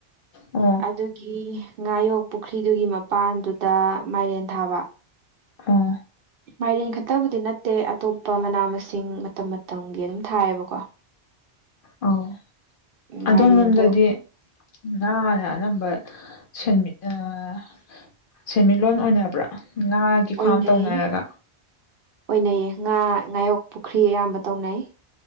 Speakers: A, on the left; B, on the right.
A: ꯑꯣ
B: <inaudible> ꯑꯗꯨꯒꯤ ꯉꯥꯌꯣꯛ ꯄꯨꯈ꯭ꯔꯤꯗꯨꯒꯤ ꯃꯄꯥꯟꯗꯨꯗ ꯃꯥꯏꯔꯦꯟ ꯊꯥꯕ
A: ꯎꯝ
B: ꯃꯥꯏꯔꯦꯟ ꯈꯛꯇꯕꯨꯗꯤ ꯅꯠꯇꯦ ꯑꯇꯣꯞꯄ ꯃꯅꯥ ꯃꯁꯤꯡ ꯃꯇꯝ ꯃꯇꯝꯒꯤ ꯑꯗꯨꯝ ꯊꯥꯏꯑꯦꯕꯀꯣ
A: ꯑꯥ ꯑꯗꯣꯝ
B: ꯃꯥꯏꯔꯦꯟꯗꯣ
A: ꯂꯣꯝꯗꯗꯤ ꯉꯥꯅ ꯑꯅꯦꯅꯝꯕ ꯁꯟꯃꯤ ꯑꯥ ꯁꯦꯟꯃꯤꯠꯂꯣꯟ ꯑꯣꯏꯅꯕ꯭ꯔꯥ ꯉꯥꯒꯤ
B: ꯑꯣꯏꯅꯩ
A: ꯐꯥꯔꯝ ꯇꯧꯅꯔꯒ
B: ꯑꯣꯏꯅꯩꯌꯦ ꯉꯥ ꯉꯥꯌꯣꯛ ꯄꯨꯈ꯭ꯔꯤ ꯑꯌꯥꯝꯕ ꯇꯧꯅꯩ